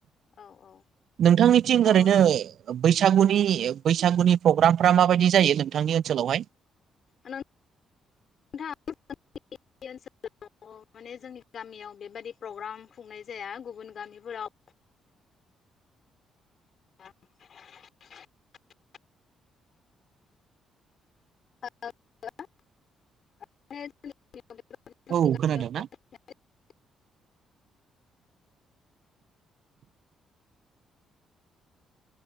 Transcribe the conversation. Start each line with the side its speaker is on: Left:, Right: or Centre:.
Left: औ औ
Right: नोंथांनिथिं
Left: औ
Right: ओरैनो
Left: नंगौ
Right: बैस सागुनि बैसागुनि प्रग्रामफ्रा माबायदि जायो नोंथांनि ओनसोलावहाय?
Left: <unintelligible> माने जोंनि गामियाव बेबायादि प्रग्राम खुंनाय जाया गुबुन गामिफोराव <unintelligible> <unintelligible> <unintelligible>
Right: औ खोनादों ना